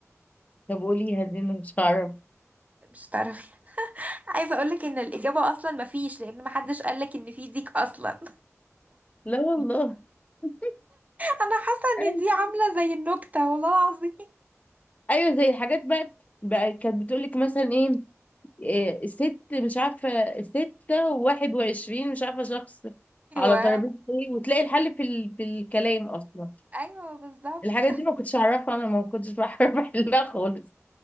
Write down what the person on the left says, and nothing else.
طب قوليها دي انا مش هعرف
لا والله
<laughs>
ايوه
أيوة، زي الحاجات بقى بقى كانت بتقول لك مثلا ايه إيه، ست مش عارفه ستة وواحد وعشرين مش عارفه شخص
على ترابيزه ايه وتلاقي الحل في ال... في الكلام اصلا
الحاجات دي ما كنتش اعرفها انا ما كنتش بعرف احلها خالص